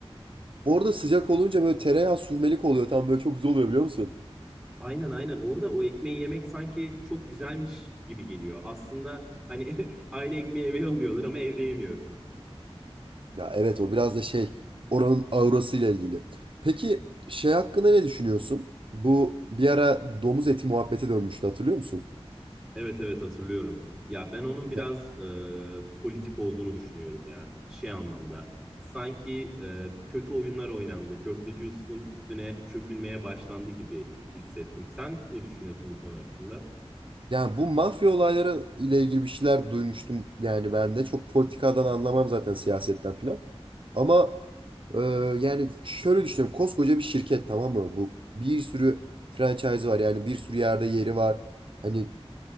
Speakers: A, on the right (about 55°); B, in the centre.
A: Orada sıcak olunca böyle tereyağı sürmelik oluyor. Tam böyle çok güzel oluyor biliyor musun?
B: Aynen aynen orada o ekmeği yemek sanki çok güzelmiş gibi geliyor. Aslında hani <laughs> aynı ekmeği eve alıyorlar ama evde yemiyorum.
A: Ya evet o biraz da şey oranın aurasıyla ilgili. Peki şey hakkında ne düşünüyorsun? Bu bir ara domuz eti muhabbete dönmüştü hatırlıyor musun?
B: Evet evet hatırlıyorum. Ya ben onun biraz
A: Ya,
B: e, politik olduğunu düşünüyorum ya. Şey anlamda. Sanki e, kötü oyunlar oynandı. Köfteci Yusuf'un üstüne çökülmeye başlandı gibi hissettim. Sen ne düşünüyorsun bu konu hakkında?
A: yani bu mafya olayları ile ilgili bir şeyler duymuştum yani ben de. Çok politikadan anlamam zaten siyasetten filan. Ama e, yani şöyle düşünüyorum koskoca bir şirket tamam mı? Bu bir sürü franchise var yani bir sürü yerde yeri var. Hani